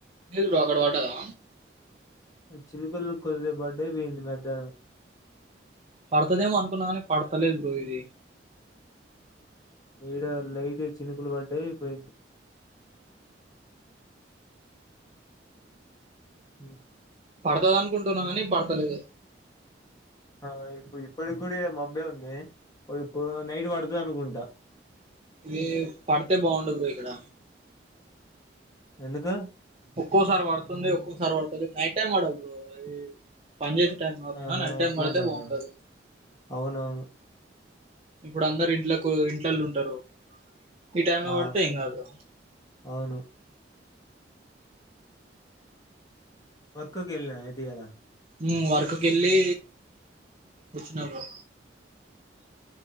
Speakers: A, on the right; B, on the left.
A: లేదు బ్రో అక్కడ పడ్డదా
B: చిన్న కుళ్ల కొద్ది బర్డయింది మధ్యాహ్నం
A: పడతదేమో అనుకున్నా కానీ పడతలేదు బ్రో ఇది
B: ఈడ లైట్గా చినుకులు పడ్డయి పోయింది. హ్
A: పడతది అనుకుంటున్నా కాని పడతలేదు.
B: ఆ ఇప్పుడు ఇప్పటి కూడా ఇడ మబ్బే ఉంది, ఇప్పుడు నైట్ పడుతది అనుకుంటా.
A: ఎ పడితే బాగుండు బ్రో ఇక్కడ.
B: ఎందుకు?
A: ఒక్కోసారి పడుతుంది, ఒక్కోసారి పడుతది లేదు. నైట్ టైం పడాలి బ్రో ఈ పని చేసే టైం కాకుండా
B: ఆహా
A: నైట్ టైం
B: అట్లాంటవా
A: పడితే బాగుంటది.
B: అవునవును
A: ఇప్పుడు అందరు ఇంట్లకు ఇంట్లళ్ళ ఉంటరు. ఈ టైమ్ల
B: ఆ
A: పడితే ఎం కాదు.
B: అవును వర్కకి ఎళ్ళ లేదా అయితే ఇయాలా.
A: హ్మ్ వర్కుకు వెళ్ళి వచ్చినా బ్రో.